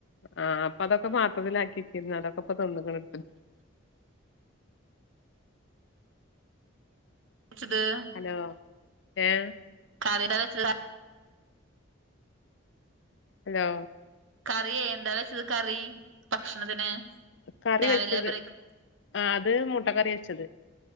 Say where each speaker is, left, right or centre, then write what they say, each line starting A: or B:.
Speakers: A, on the left (about 60°); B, on the right (about 70°).
A: ആഹ് അപ്പൊ അതൊക്കെ പാത്രത്തിലൽ ആക്കിക്കിരുന്നു അതൊക്കെ ഇപ്പൊ തിന്ന് കണൂ
B: <unintelligible>
A: ഹലോ ഏ ഹ്
B: <unintelligible> വെച്ച
A: ഹലോ
B: കറി എന്താ വെച്ചത് കറി ഭക്ഷണത്തിന്
A: കറി
B: രാവിലെ
A: വെച്ചത്
B: ബ്രേക്ക്
A: ആ അത് മുട്ട കറി വെച്ചത്.